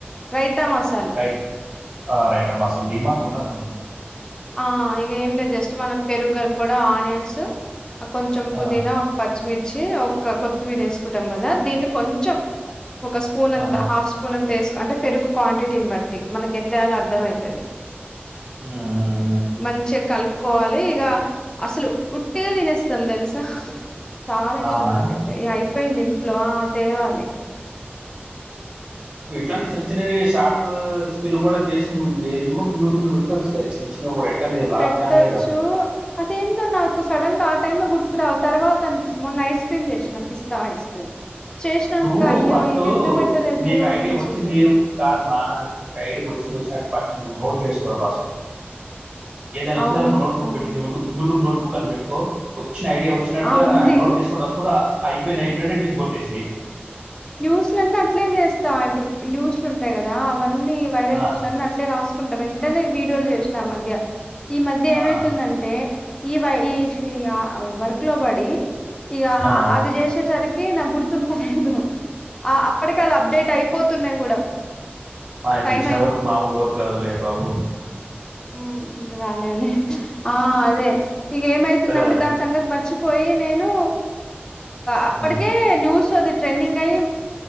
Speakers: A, on the left; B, on the right.
A: రైతా మసాలా
B: రైట్ ఆ రైటమ్మా అసలు డిమాార్ట్లు ఉన్నట్టు ఉంది
A: ఆ ఇక ఏం లేదు జస్ట్ మనం పెరుగు గలుపుకోవడం ఆనియన్స్ కొంచెం పుదీనా
B: ఆ,
A: ఒక పచ్చిమిర్చి ఒక కొత్తిమీర వేసుకుంటాం కదా దీని కొంచెం
B: ఆ,
A: ఒక స్పూన్ అంతా
B: ఆహా.
A: హాఫ్ స్పూన్ అంతా వేస్ అంటే పెరుగు క్వాంటిటీని బట్టి మనకి ఎంత వేయలో అర్థం అయితది
B: ఉ ఉ
A: మంచిగా కలుపుకోవాలి ఇక అసలు ఉట్టిగా తినేస్తాం తెలుసా చాలా ఇష్టం
B: అవునా
A: నాకైతే ఇగ అయిపోయింది ఇంట్లో తేవాలి
B: ఇట్లాంటి
A: హ్మ్.
B: చిన్న చిన్నవి షాట్ ఆ రెసిపీలు కూడా చేసి నువ్ఇంగె ఇవి కూడా యూట్యూబ్ లో పెట్టచ్చు కద చిన్న చిన్నవి కూడా నీ బ్లాగ్
A: పెట్టొచ్చూ
B: ఛానలే కదా
A: అదేందో నాకు సడన్ గా డన్గా గుర్తు రావు తర్వాత అని పిస్తోంది మొన్న ఐస్ క్రీమ్ చేసినా పిస్తా ఐస్ క్రీమ్ చేసినాక
B: నువ్వు
A: అయ్యో
B: ఫస్ట్
A: ఇది ఎందుకు పెట్టలేదు
B: నీకు
A: నేను అనిపించింది
B: ఐడియా వచ్చింది కాద్మా నీకు ఐడియా వచ్చింది వచ్చినటు నువ్ నోట్ చేసుకోని రాసుకో ఏదైన వచ్చిందనుకొ
A: అవును
B: నోట్
A: హ్మ్.
B: బుక్ పెట్టిసి యూట్యూబ్ యూట్యూబ్ నోట్ బుక్ అని పెట్టుకో వచ్చిన ఐడియా వచ్చినట్టుగా
A: ఆ ఉంది
B: నోట్ చేసుకుని రాసుకుంట అయిపోయినియ్ అయిపోయినట్టు టిక్ గొట్టేసెయి
A: న్యూస్ లన్నీ అట్లే చేస్తా ఇప్పుడు న్యూస్లుం టాయి కదా అవన్నీ వైరల్
B: ఆ,
A: న్యూస్ లన్నీ అట్లే రాసుకుంటా వెంటనేే వీడియోలు చేసిన మధ్య ఈ మధ్య
B: ఆ
A: ఏమైతుందంటే ఈ వ ఈర్షి ఆ వర్క్ లో పడి ఇక
B: ఆ
A: అది చేసేసరికి రికి నాకు గుర్తుంటలేదు ఆ అప్పటికి అది అప్డేట్ అయిపోతున్నాయి కూడా
B: మానకు
A: టైం
B: ఇచ్చిన వర్క్ మామూలు వర్క్ గాదులే బాబు
A: మ్ ఇంకకాలేదులే ఆ అదే ఇక ఏమైతుందంటే
B: ఆ
A: దాని సంగతి మర్చి పోయి నేను అప్పటికే
B: ఆ
A: న్యూస్ అది ట్రెండింగ్ అయి